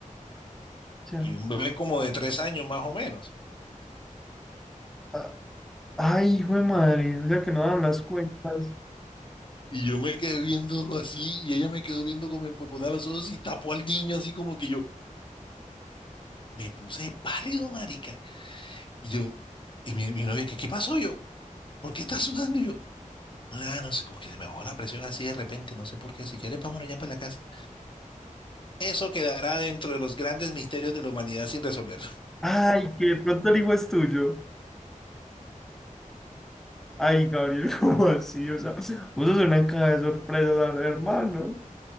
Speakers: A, in the centre; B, on the left.
A: sea,
B: y un bebé como de tres años más o menos.
A: ah, ay, hijo de madre, o sea que no dan las cuentas.
B: Y yo me quedé viéndolo así y ella me quedó viendo como empopotada los ojos y tapó al niño así como que yo me puse pálido, marica. Y yo, y mi, mi novia, ¿qué, qué pasó yo? ¿Por qué estás sudando Y yo? Ah, no sé, como que se me bajó la presión así de repente, no sé por qué. Si quieres, vámonos ya para la casa. Eso quedará dentro de los grandes misterios de la humanidad sin resolver.
A: Ay, que de pronto el hijo es tuyo. Ay, Gabriel, <laughs> ¿cómo así? O sea, vos sos una caja de sorpresas al hermano.